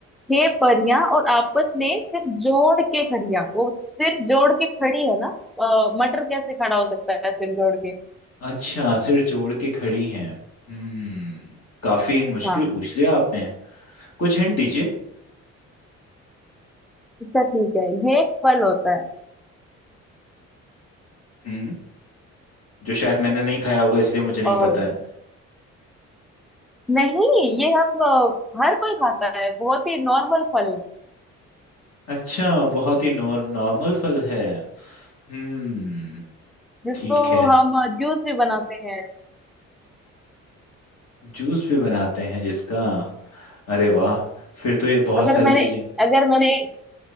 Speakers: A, in the centre; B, on the left.
A: छह परियां और आपस में फिर जोड़ के खड़ियां वो सिर जोड़ के खड़ी है ना अ, मटर कैसे खड़ा हो सकता है सिर जोड़ के
B: अच्छा सिर जोड़ के खड़ी हैं हम्म काफी मुश्किल
A: हाँ
B: पूछ लिया आपने कुछ हिंट दीजिए
A: अच्छा ठीक है ये एक फल होता है
B: हम्म जो शायद मैंने नहीं खाया होगा इसलिए मुझे नहीं
A: और
B: पता है
A: नहीं ये हम अ, हर कोई खाता है बहुत ही नॉर्मल फल
B: अच्छा बहुत ही नॉर नॉर्मल फल है हम्म
A: जिसको
B: ठीक है
A: हम जूस भी बनाते हैं
B: जूस भी बनाते हैं जिसका अरे वाह फिर तो ये बहुत
A: अगर
B: सारी
A: मैंने
B: चीजें
A: अगर मैंने